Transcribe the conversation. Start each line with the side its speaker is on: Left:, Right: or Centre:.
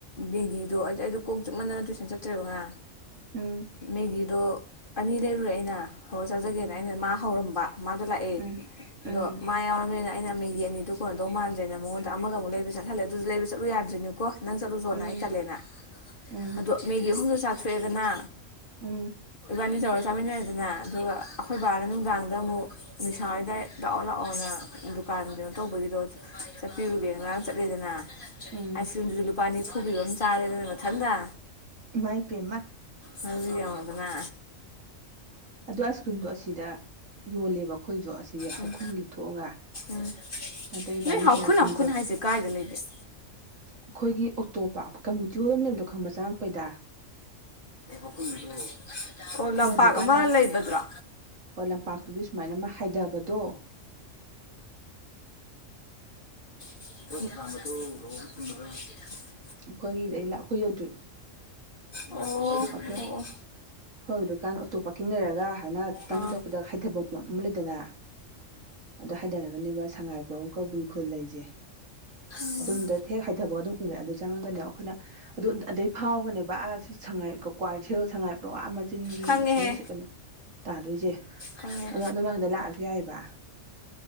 Left: ꯕꯦꯡꯗꯤꯗꯣ ꯑꯩꯗ ꯑꯩꯗꯣ ꯀꯣꯛ ꯆꯞꯅꯗꯅ ꯇꯨꯏꯁꯟ ꯆꯠꯇ꯭ꯔꯦꯕ ꯉꯔꯥꯡ
Right: ꯎꯝ
Left: ꯅꯒꯤꯗꯗꯨ ꯑꯅꯤ ꯂꯩꯔꯨꯔꯦ ꯑꯩꯅ ꯍ ꯆꯥꯖꯒꯦꯅ
Right: ꯎꯝ
Left: ꯑꯩꯅ ꯃꯥ ꯍꯧꯔꯝꯕ ꯃꯥꯗꯣ ꯂꯥꯛꯑꯦ
Right: ꯎꯝ
Left: ꯑꯗꯣ
Right: ꯎꯝ
Left: ꯃꯥ ꯌꯥꯎꯔꯕꯝꯅꯤꯅ ꯑꯩꯅ ꯃꯤꯗꯤ ꯑꯅꯤꯗꯨ ꯀꯩꯅꯣꯗꯧ ꯃꯥꯟꯗ꯭ꯔꯦꯅ ꯃꯉꯣꯟꯗ ꯑꯗ ꯑꯃꯒ ꯑꯃꯨꯛ ꯂꯩꯕ ꯆꯠꯍꯜꯂꯦ ꯑꯗꯨꯁꯨ ꯂꯩꯕ ꯆꯠꯂꯨ ꯌꯥꯗ꯭ꯔꯤꯅꯤꯀꯣ ꯅꯪ ꯆꯠꯂꯨ ꯆꯣꯟꯅ
Right: ꯎꯝ
Left: ꯍꯥꯏ ꯇꯜꯂꯦꯅ
Right: ꯎꯝ
Left: ꯑꯗꯣ ꯃꯦꯒꯤ ꯑꯍꯨꯝꯁꯨ ꯆꯥꯛ ꯐꯦꯗꯅ
Right: ꯑ
Left: ꯆꯅꯤ ꯆꯔ ꯆꯥꯃꯤꯅꯦ ꯑꯗꯨꯅ ꯑꯗꯨꯒ ꯑꯩꯈꯣꯏ ꯕꯥꯔ ꯅꯨꯡꯗꯥꯡ ꯑꯗ ꯑꯃꯨꯛ ꯅꯤꯁꯥ ꯍꯗꯏ ꯂꯥꯛꯑꯣ ꯂꯥꯛꯑꯣꯅ ꯗꯨꯀꯥꯟ ꯀꯩꯅꯣ ꯇꯧꯕꯒꯤꯗꯣ ꯆꯠꯄꯤꯔꯨꯒꯦ ꯉꯔꯥꯡ ꯆꯠꯂꯦꯗꯅ
Right: ꯎꯝ
Left: ꯑꯁ ꯄꯅꯤ ꯐꯨꯄꯤꯒ ꯆꯥꯔꯦꯅ ꯊ
Right: ꯃꯥꯏ ꯄꯦꯃ
Left: ꯃ ꯃ ꯑꯗꯨꯅ
Right: ꯑꯣ ꯑꯥꯏꯁ ꯀ꯭ꯔꯤꯝꯗꯣ ꯑꯁꯤꯗ ꯌꯣꯜꯂꯦꯕ ꯑꯩꯈꯣꯏꯁꯨ
Left: ꯎꯝ
Right: ꯍꯧꯈꯨꯜꯒꯤꯗ ꯊꯣꯛꯑꯒ
Left: ꯎꯝ
Right: ꯑꯗꯩ ꯏꯕꯥꯅꯤ
Left: ꯅꯣꯏ ꯍꯧꯥꯎꯈꯨꯜ
Right: ꯍꯦꯛ ꯋꯥꯛꯀꯤꯡ
Left: ꯍꯥꯎꯈꯨꯟ
Right: ꯆꯠ
Left: ꯍꯥꯏꯁꯦ ꯀꯥꯏꯗ ꯂꯩꯒꯦ
Right: ꯑꯩꯈꯣꯏꯒꯤ ꯑꯇꯣꯞꯄ ꯀꯝꯃ꯭ꯌꯨꯅꯤꯇꯤ ꯍꯣꯜ ꯑꯃ ꯂꯩꯕꯣ ꯈꯪꯕ ꯆꯪꯉꯛꯄꯩꯗ
Left: ꯍ ꯌꯦꯗ ꯂꯩ ꯑꯣ
Right: ꯑꯩꯈꯣꯏ
Left: ꯂꯝꯄꯥꯛ
Right: ꯌꯧꯗ꯭ꯔꯤꯀꯥꯟꯗ
Left: ꯑꯃ ꯂꯩꯒꯗ꯭ꯔꯥ
Right: ꯍꯣꯏ ꯂꯝꯄꯥꯛꯇꯨꯒꯤ ꯁꯨꯃꯥꯏꯅ ꯑꯃ ꯍꯥꯏꯊꯕꯗꯣ
Left: <unintelligible>
Right: ꯑꯩꯈꯣꯏꯒꯤꯗ ꯑꯩꯈꯣꯏ ꯌꯧꯗ꯭ꯔꯤ
Left: ꯑꯣ
Right: ꯑꯁ
Left: ꯑꯣ
Right: ꯑꯩꯈꯣꯏ ꯑꯩꯈꯣꯏ
Left: ꯑꯣ
Right: ꯑꯗꯨ ꯑꯗꯨꯀꯥꯟꯗ ꯑꯣꯇꯣ ꯄꯥꯔꯀꯤꯡ ꯂꯩꯔꯒ ꯍꯥꯏꯅ ꯇꯪ
Left: ꯑꯥ
Right: ꯆꯔꯛꯄꯗ ꯍꯥꯏꯊꯕ ꯑꯃ ꯂꯩꯗꯅ ꯑꯗꯨꯗ ꯍꯥꯏꯊꯔꯒ ꯑꯗꯨꯅꯦꯕ ꯁꯉꯥꯏꯄ꯭ꯔꯧ ꯀꯕꯨꯏ ꯈꯨꯜ ꯂꯩꯁꯦ
Left: ꯎꯝ
Right: ꯑꯗꯨꯝꯗ ꯍꯦꯛ ꯍꯥꯏꯊꯕ ꯑꯗꯨꯝ ꯎꯔꯦ ꯑꯗꯨ ꯆꯪꯉꯒꯅꯦꯕ ꯑꯩꯈꯣꯏꯅ ꯑꯗꯨ ꯑꯗꯩ ꯐꯥꯎꯔꯒꯅꯦꯕ ꯑ ꯁꯉꯥꯏ ꯀ꯭ꯋꯥꯏꯊꯦꯜ ꯁꯉꯥꯏ ꯄ꯭ꯔꯣꯒꯝ ꯑꯃ ꯆꯤꯟꯒꯤ
Left: ꯈꯪꯉꯦꯍꯦ
Right: ꯁꯅ ꯁꯤꯠ ꯀꯅꯨ ꯇꯥꯗꯣꯏꯁꯦ
Left: ꯈꯪꯉꯦ
Right: ꯑꯣ ꯑꯗꯨꯝ ꯂꯗ ꯂꯥꯛꯑꯁꯨ ꯌꯥꯏꯑꯕ